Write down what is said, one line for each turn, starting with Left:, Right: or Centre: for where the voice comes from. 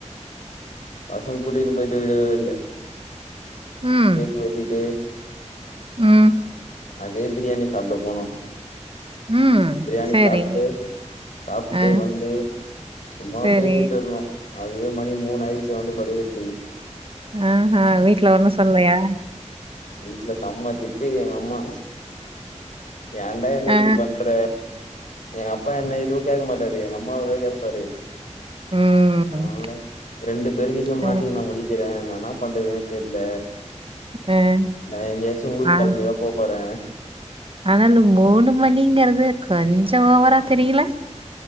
Left: பசங் கூட்டினு போயிட்டு விடவே இல்ல
Right: ம்
Left: கேக் வெட்டிட்டு
Right: ம்
Left: அதே பிரியாணி சாப்ட போனோ
Right: ம்
Left: பிரியாணி
Right: சேரி
Left: சாப்ட்டு சாப்ட்டு
Right: ஆ
Left: வந்து சும்மா
Right: சேரி
Left: பேசிட்டுருந்தோ அதுவே மணி மூனாயிட்ச்சு வந்து படுகர்த்துகு
Right: அ அ வீட்ல ஒன்னு சொல்லையா
Left: வீட்ல செம்ம திட்டு எங்க அம்மா ஏன்டா என்ன
Right: ஆ
Left: இப்டி பண்ற எங்க அப்பா என்ன எதுவு கேக்க மாட்டாரு எங்க அம்மாவதா கேப்பாரு
Right: ம்
Left: <unintelligible> ரெண்டு பேரு கிட்டியும்
Right: அ
Left: மாட்டிகின் நா முழிக்கிறே நா இன்னாப் பண்றதுனே தெர்ல
Right: அ
Left: நா எங்கியாச்சு ஊருக்
Right: ஆ
Left: கெளம்பிதாம் போப்போறே
Right: ஆனாலு மூனு மணிங்கிறது கொஞ்சோ ஓவராத் தெரில